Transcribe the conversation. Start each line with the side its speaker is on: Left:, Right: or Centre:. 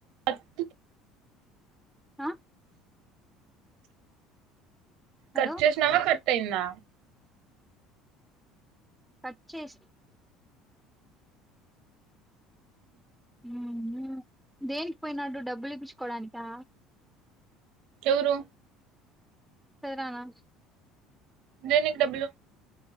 Right: పట్
Centre: ఆ హలో
Right: కట్ చేసినావా కట్ అయిందా
Centre: కట్ చేసి ఉ ఊ దేనికి పోయినాడు డబ్బులు ఇప్పిచ్చుకోవడానికా
Right: ఎవురు
Centre: పోయి రనా
Right: దేనికి డబ్బులు